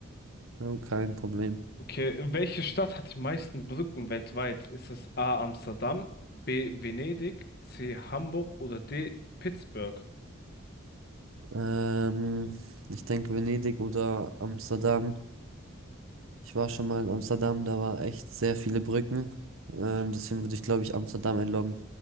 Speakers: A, on the right; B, on the left.
A: Oh, kein Problem.
B: Okay, welche Stadt hat die meisten Brücken weltweit? Ist es A. Amsterdam, B. Venedig, C. Hamburg oder D. Pittsburgh?
A: Ähm, ich denke Venedig oder Amsterdam. Ich war schon mal in Amsterdam, da war echt sehr viele Brücken. Ähm, deswegen würde ich, glaube ich, Amsterdam einloggen.